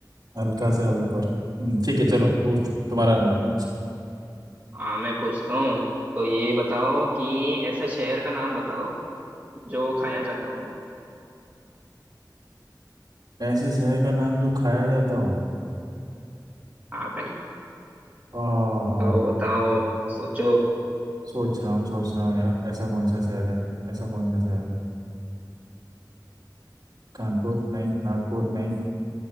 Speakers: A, on the right (about 60°); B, on the right (about 20°).
A: हल्का सा ऊपर हम्म ठीक है चलो पूछ तुम्हारा नंबर
B: हाँ मैं पूछता हूँ तो ये बताओ कि ऐसे शहर का नाम बताओ जो खाया जाता हो
A: ऐसी शहर का नाम जो खाया जाता हो
B: हाँ भाई
A: हाँ
B: बताओ
A: हाँ।
B: बताओ सोचो
A: सोच रहा हूँ सोच रहा हूँ यार ऐसा कौन सा शहर है ऐसा कौन सा शहर है कानपुर नहीं नागपुर नहीं